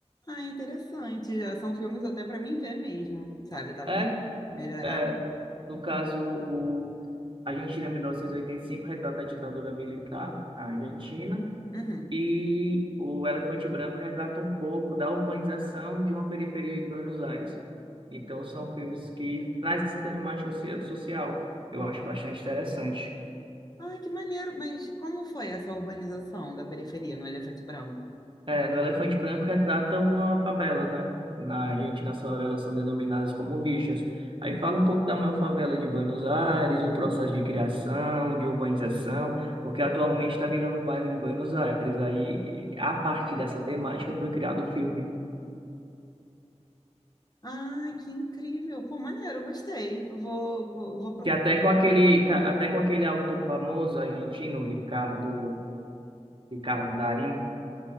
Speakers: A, on the left; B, on the right.
A: Ah, interessante. Já são filmes até pra mim ver mesmo, sabe? Eu tava
B: É,
A: querendo melhorar.
B: é, no caso, A Argentina, mil novecentos e oitenta e cinco retrata a ditadura militar na Argentina.
A: Uhum.
B: E o Elefante Branco retrata um pouco da urbanização de uma periferia em Buenos Aires. Então, são filmes que trazem essa temática soci- social. Eu acho bastante interessante.
A: Ah, que maneiro. Mas como foi essa urbanização da periferia no Elefante Branco?
B: É, no Elefante Branco retrata uma favela, né? Na Argentina, as favelas são denominadas como vichas. Aí fala um pouco da maior favela de Buenos Aires, o processo de criação, de urbanização, porque atualmente está virando o bairro de Buenos Aires. Aí, a partir dessa temática, foi criado o filme.
A: Ah, que incrível. Pô, maneiro, eu gostei. Vou, co- vou
B: Que até com aquele, que a- até com aquele autor famoso argentino, Ricardo, Ricardo Darín,